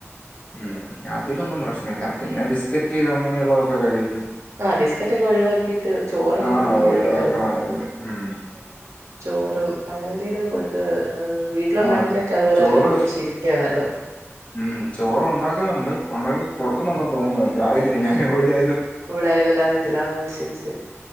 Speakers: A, on the left; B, on the right.
A: ഉം അതിലൊന്നും പ്രശ്നഇല്ല പിന്നെ ബിസ്ക്കറ്റ് അങ്ങനെയുള്ളതൊക്കെ കഴിക്കും
B: ആ ബിസ്കറ്റ് ഒക്കെ ഒഴിവാക്കിട്ട് ചോറൊക്കെ
A: ആ
B: കൊടുക്കുന്നയിരിക്കും
A: ഒഴിവാക്കണം
B: നല്ലത് ആ
A: അത് ഉം
B: ചോറും അങ്ങനെ എന്തെങ്കിലുമൊക്കെ കൊട്ക്ക് ആ വീട്ടിലുണ്ടാക്കുന്നയൊക്കെ
A: ആ
B: അതുപോലെ
A: ചോറ്
B: തന്നെ കൊടുത്ത് ശീലിപ്പിക്കുന്നതാ നല്ലത്
A: ഉം ചോറ ഉണ്ടാക്കുന്നുണ്ട് ഉണ്ടാക്കി കൊടുക്കുന്നുണ്ടെന്ന് തോന്നുന്ന് എന്ക്ക് അറിയത്തില്ല ഞാന് എവിടെയാ
B: ഇവിടായത് കൊണ്ട് അറിയത്തില്ല ആ ഓ ശരി ശ